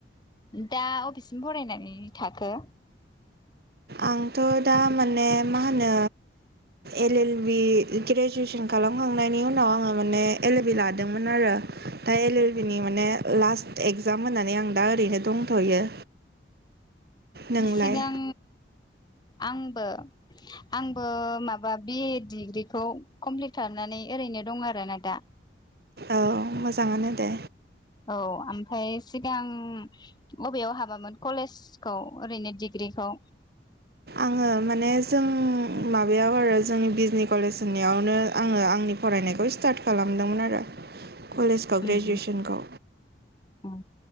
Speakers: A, on the left; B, on the right.
A: दा अबिससिम फरायनानै थाखो?
B: आंथ' दा माने मा होनो एल एल बि ग्रेजुवेसन खालामखांनायनि उनाव आङो माने एल एल बि लादोंमोन आरो। दा एल एल बि नि माने लास्ट एक्जाम होननानै आं दा ओरैनो दंथ'यो। नोंलाय
A: सिगां आंबो आंबो माबा बि ए डिग्रिखौ कमप्लिट खामनानै ओरैनो दं आरो ना दा
B: औ मोजाङानो दे
A: औ ओमफ्राय सिगां बबेयाव हाबामोन कलेजखौ ओरैनो डिग्रि बिखौ
B: आङो माने जों माबायाव आरो जोंनि बिजनि कलेज होननियावनो आङो आंनि फरायनायखौ स्टार्ट खालामदोंमोन आरो।
A: <unintelligible>
B: कलेजखौ ग्रेजुवेसनखौ
A: उम उम